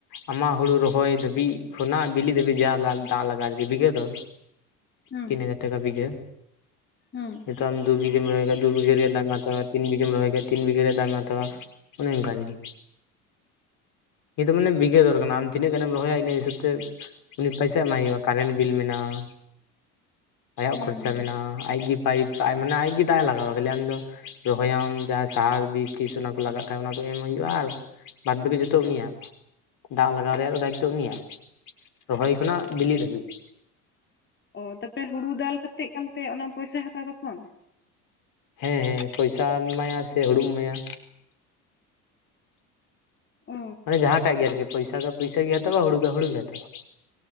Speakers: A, on the left (about 50°); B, on the left (about 25°).
A: ᱟᱢᱟᱜ ᱦᱩᱲᱩ ᱨᱚᱦᱚᱭ ᱫᱷᱟᱹᱵᱤᱡ ᱠᱷᱚᱱᱟᱜ ᱵᱤᱞᱤ ᱫᱷᱟᱹᱵᱤᱡ ᱡᱟ ᱫᱟᱜ ᱞᱟᱜᱟᱜᱼᱟ ᱟᱨᱠᱤ ᱵᱤᱜᱷᱟᱹ ᱫᱚᱨ
B: ᱦᱮᱸ
A: ᱛᱤᱱ ᱦᱟᱡᱟᱨ ᱴᱟᱠᱟ ᱵᱤᱜᱷᱟᱹ
B: ᱦᱮᱸ
A: ᱱᱤᱛᱳᱜ ᱟᱢ ᱫᱩ ᱵᱤᱜᱷᱟᱹ ᱨᱚᱦᱚᱭ ᱠᱷᱟᱡ ᱫᱩ ᱵᱤᱜᱷᱟᱹ ᱨᱮᱭᱟᱜ ᱫᱟᱢ ᱦᱟᱛᱟᱣᱟᱭ ᱛᱤᱱ ᱵᱤᱜᱷᱟᱹᱢ ᱨᱚᱦᱚᱭ ᱠᱷᱟᱡ ᱛᱤᱱ ᱵᱤᱜᱷᱟᱹ ᱨᱮᱭᱟᱜ ᱫᱟᱢ ᱮ ᱦᱟᱛᱟᱣᱟ ᱚᱱᱮ ᱚᱱᱠᱟ ᱟᱨᱠᱤ ᱱᱤᱭᱟᱹ ᱫᱚ ᱢᱟᱱᱮ ᱵᱜᱷᱟᱹ ᱫᱚᱨ ᱠᱟᱱᱟ ᱟᱢ ᱛᱤᱱᱟᱹᱜ ᱜᱟᱱᱮᱢ ᱨᱚᱦᱚᱭᱟ ᱤᱱᱟᱹ ᱦᱤᱥᱟᱹᱵ ᱛᱮ ᱩᱱᱤ ᱯᱚᱭᱥᱟ ᱮᱢᱟᱭ ᱦᱩᱭᱩᱜᱼᱟ ᱠᱟᱨᱮᱱ ᱵᱤᱞ ᱢᱮᱱᱟᱜᱼᱟ ᱟᱭᱟᱜ
B: ᱦᱮᱸ
A: ᱠᱷᱚᱨᱪᱟ
B: ᱦᱮᱸ
A: ᱢᱮᱱᱟᱜᱼᱟ ᱟᱡᱜᱤ ᱯᱟᱭᱤᱯ ᱢᱟᱱᱮ ᱟᱡ ᱜᱮ ᱫᱟᱜᱼᱮ ᱞᱟᱜᱟᱣᱟ ᱠᱷᱟᱹᱞᱤ ᱟᱢ ᱫᱚ ᱨᱚᱦᱚᱭᱟᱢ ᱡᱟᱦᱟᱸ ᱥᱟᱦᱟᱨ ᱵᱤᱥ ᱵᱤᱥ ᱚᱱᱟ ᱠᱚ ᱞᱟᱜᱟᱜ ᱠᱷᱟᱡ ᱚᱱᱟ ᱠᱚ ᱮᱢ ᱦᱩᱭᱩᱜᱼᱟ ᱟᱨ ᱵᱟᱫᱽ ᱵᱟᱠᱤ ᱡᱚᱛᱚ ᱩᱱᱤᱭᱟᱜ ᱫᱟᱜ ᱞᱟᱜᱟᱣ ᱨᱮᱭᱟᱜ ᱫᱚ ᱫᱟᱭᱤᱛ ᱛᱚ ᱩᱱᱤᱭᱟᱜ ᱨᱚᱦᱚᱭ ᱠᱷᱚᱱᱟᱜ ᱵᱤᱞᱤᱜ ᱫᱷᱟᱹᱵᱤᱡ
B: ᱚ ᱛᱟᱯᱮ ᱦᱩᱲᱩ ᱫᱟᱞ ᱠᱟᱛᱮᱫ ᱮᱠᱟᱞ ᱛᱮ ᱚᱱᱟ ᱯᱚᱭᱥᱟᱭ ᱦᱟᱛᱟᱣᱟ ᱛᱚᱠᱷᱚᱱ
A: ᱦᱮᱸ ᱦᱮᱸ ᱯᱚᱭᱥᱟᱢ ᱮᱢᱟᱭᱟ ᱥᱮ ᱦᱩᱲᱩᱢ ᱮᱢᱟᱭᱟ
B: ᱚ
A: ᱢᱟᱱᱮ ᱡᱟᱦᱟᱸᱴᱟᱜ ᱜᱮ ᱟᱨᱠᱤ ᱯᱚᱭᱥᱟ ᱠᱷᱟ ᱯᱚᱭᱥᱟ ᱜᱮ ᱦᱟᱛᱟᱣᱟ ᱦᱩᱲᱩ ᱠᱷᱟᱡ ᱦᱩᱲᱩ ᱜᱮ ᱦᱟᱛᱟᱣᱟ